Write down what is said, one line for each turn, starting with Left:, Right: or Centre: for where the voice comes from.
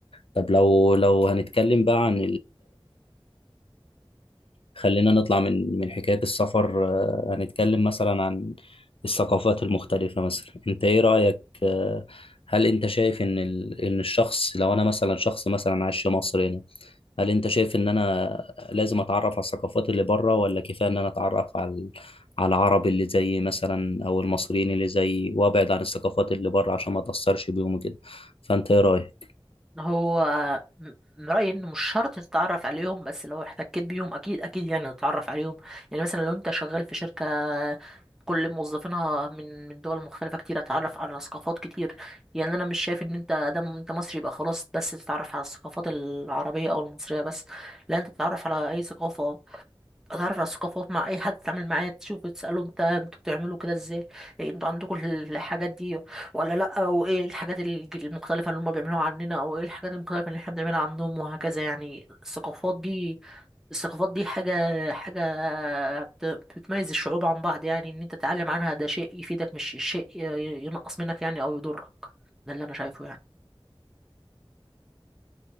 Left: طب لو لو هنتكلم بقى عن خلينا نطلع من من حكاية السفر آه، هنتكلم مثلا عن الثقافات المختلفة مثلا انت ايه رأيك آه، هل انت شايف ان ال... ان الشخص لو انا مثلا شخص مثلا عايش في مصر هنا هل انت شايف ان انا لازم اتعرف على الثقافات اللي بره ولا كفاية ان انا اتعرف على ال- على العرب اللي زي مثلا او المصريين اللي زي وابعد عن الثقافات اللي بره عشان ما اتأثرش بيهم كده فانت ايه رأيك
Centre: هو م- من رأيي إن مش شرط تتعرف عليهم بس لو احتكيت بيهم أكيد أكيد يعني تتعرف عليهم يعني مثلا لو أنت شغال في شركة كل موظفينها من من دول مختلفة كتير اتعرف على ثقافات كتير يعني انا مش شايف ان انت ادم انت مصري يبقى خلاص بس تتعرف على الثقافات العربية او المصرية بس لا انت تتعرف على اي ثقافة اتعرف على الثقافات مع اي حد تتعامل معاه تشوفه تساله انت انتوا بتعملوا كده ازاي إيه انتوا عندكم الحاجات دي ولا لا وايه الحاجات الج- المختلفه اللي هم بيعملوها عننا او ايه الحاجات المختلفه اللي احنا بنعملها عنهم وهكذا يعني الثقافات دي الثقافات دي حاجه حاجه بت- بتميز الشعوب عن بعض يعني ان انت تتعلم عنها ده شيء يفيدك مش شيء ي- ينقص منك يعني او يضرك ده اللي انا شايفه يعني